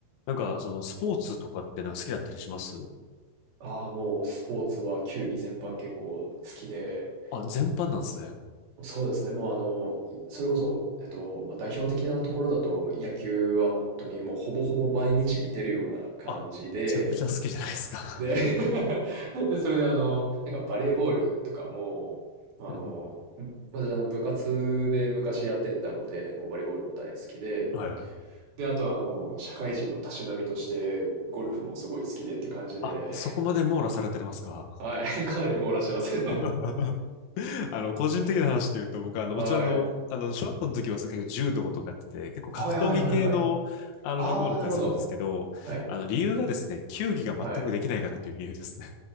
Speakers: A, on the left (about 75°); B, on the right (about 60°).
A: なんか、その、スポーツとかってなんか好きだったりします
B: ああ、もうスポーツは球技全般結構好きで、
A: あ、全般なんですね。
B: そうですね、もうあの、いそれこそ、えっと、まあ、代表的なところだと野球は本当にもうほぼほぼ毎日見てるような感じで、
A: あ、めちゃくちゃ好きじゃないですか。
B: で、<laughs> で、それであの、なんかバレーボールとかも、まあの、
A: <laughs>
B: ん私あの部活で昔やってたので、もうバレーボールも大好きで、
A: はいはい。
B: で、あとはあの、社会人のたしなみとしてゴルフもすごい好きでって感じで、
A: あ、そこまで網羅されてますか
B: <laughs> はい、<laughs> かなり網羅してます。<laughs>
A: <laughs> あの、個人的な話で言うと、僕は、あの、
B: はい。
A: もちろん、あの、あの、小学校の時は、そういう柔道とかやってて、結構格闘技系の、
B: はいはいはいはい。
A: あの、
B: ああ、
A: 枠物だったりするんですけど、
B: なるほど。はい。
A: あの、理由がですね、球技が全くできないからという理由ですね。
B: はい。